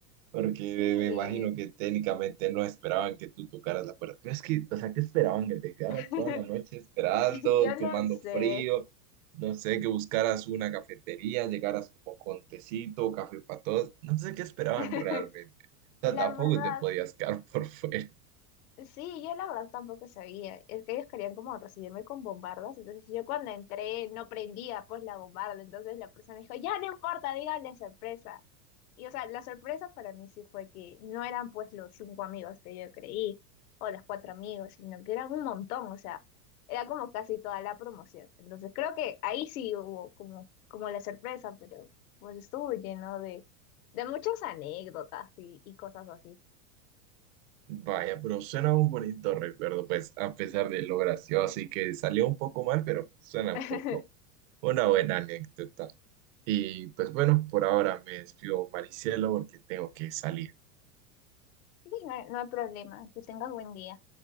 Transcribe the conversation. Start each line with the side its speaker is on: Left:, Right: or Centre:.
Right: porque
Left: sí,
Right: me imagino que técnicamente no esperaban que tú tocaras la puerta. Pero es que, o sea, ¿qué esperaban? Que te quedaras
Left: <laughs>
Right: toda la noche esperando,
Left: yo
Right: tomando
Left: no sé.
Right: frío, no sé, que buscaras una cafetería, llegaras como con tecito, café para todos, no sé qué esperaban
Left: <laughs>
Right: realmente. O sea, tampoco
Left: La verdad,
Right: te podías quedar <laughs> por fuera.
Left: Sí, yo la verdad tampoco sabía. Es que ellos querían como recibirme con bombardas. Entonces yo cuando entré no prendía pues la bombarda. Entonces la persona dijo, ya no importa, díganle sorpresa. Y o sea, la sorpresa para mí sí fue que no eran pues los cinco amigos que yo creí o los cuatro amigos, sino que eran un montón. O sea, era como casi toda la promoción. Entonces creo que ahí sí hubo como, como la sorpresa, pero pues estuvo lleno de, de muchas anécdotas y, y cosas así.
Right: Vaya, pero suena un bonito recuerdo, pues a pesar de lo gracioso y que salió un poco mal, pero suena
Left: <laughs>
Right: un poco una buena anécdota. Y pues bueno, por ahora me despido, Maricielo, porque tengo que salir.
Left: Sí, no hay, no hay problema. Que tengas buen día.